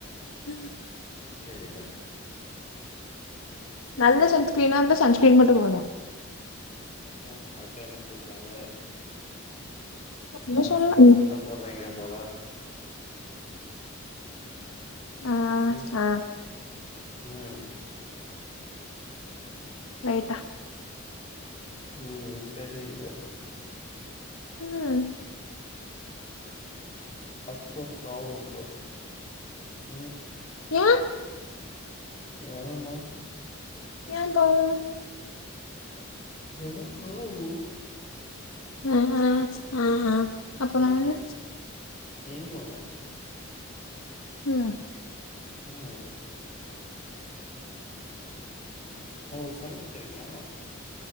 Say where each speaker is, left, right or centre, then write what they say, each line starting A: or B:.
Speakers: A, on the left (about 85°); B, on the left (about 30°).
A: ம்
B: சேரிங்க
A: நல்ல சன்ஸ்கிரீனா இருந்தா சன்ஸ்கீம் மட்டு போது
B: அப்றோ அக்கா என்ன சொல்றாங்க
A: ஒன்னு
B: சும்மா
A: சொல்லல
B: சும்மா சண்ட போட்றாய்ங்கா போல
A: ஆ
B: ம்
A: அ
B: ம்
A: லைட்டா
B: ம் தெரியிதில்ல
A: ம்
B: அக்கா பாவல்லோ ம்
A: ஏ
B: ஏனா
A: ஏம்பவ்
B: எதா பாவோ
A: அ அ ஆ ஆ அப்ப
B: ம்
A: நானு
B: நீங்க போலா
A: யா
B: ம் உங்களுக்கு சமைக்க தெரியுமா